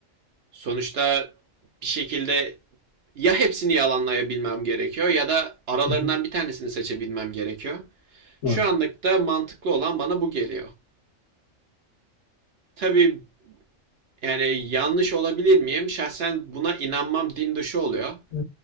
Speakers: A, on the right (about 55°); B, on the left (about 70°).
A: Sonuçta bir şekilde ya hepsini yalanlayabilmem gerekiyor ya da aralarından
B: Hı hı.
A: bir tanesini seçebilmem gerekiyor.
B: Ha.
A: Şu anlıkta mantıklı olan bana bu geliyor. Tabii yani yanlış olabilir miyim? Şahsen buna inanmam din dışı oluyor.
B: Hı